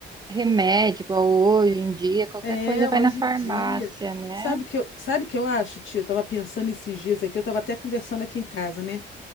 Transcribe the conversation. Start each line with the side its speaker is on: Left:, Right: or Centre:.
Right: remédio, igual hoje em dia, qualquer
Left: É,
Right: coisa vai
Left: hoje
Right: na farmácia,
Left: em dia.
Right: né?
Left: Sabe que eu, sabe que eu acho, tia? Eu estava pensando esses dias aqui, eu estava até conversando aqui em casa, né?